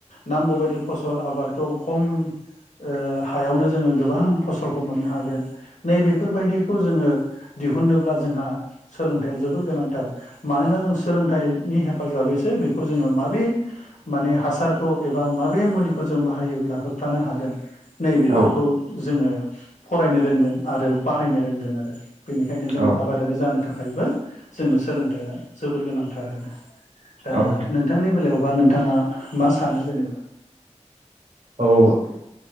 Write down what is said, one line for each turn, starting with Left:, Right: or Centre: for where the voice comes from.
Left: नांगौबायदि फसल आबादखौ खम ओ हायावनो जोङो गोबां फसलखौ मोननो हागोन नैबेफोरबायदिखौ जोङो दिहुनोब्ला जोंहा सोलोंथाइया जोबोर गोनांथार मानोना जों सोलोंथाइ नि हेफाजाबैसो बेखौ जोङो माबे माने हासारखौ एबा माबे मुलिखौ जों बाहायोब्ला होबथानो हागोन। नैबेफोरखौ
Right: औ
Left: जोङो। फरायनो रोंगोन आरो बाहायनो रोंगोन आरो। बेनिखायनो जोङो
Right: औ
Left: आबादारि जानो थाख खायबो जोंनो सोलोंथाइया जोबोर गोनांथार आरो दा
Right: औ
Left: नोंथांनि बेलायावब बानो थाङा मा सानो जेनेबा।
Right: औ ओ